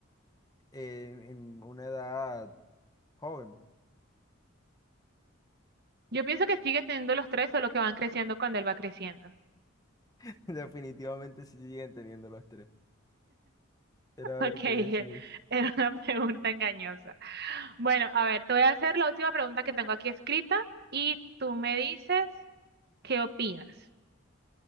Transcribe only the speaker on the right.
Yo pienso que sigue teniendo los tres, solo que van creciendo cuando él va creciendo. <laughs>
Ok,
eh,
era una pregunta engañosa. Bueno, a ver, te voy a hacer la última pregunta que tengo aquí escrita y tú me dices qué opinas.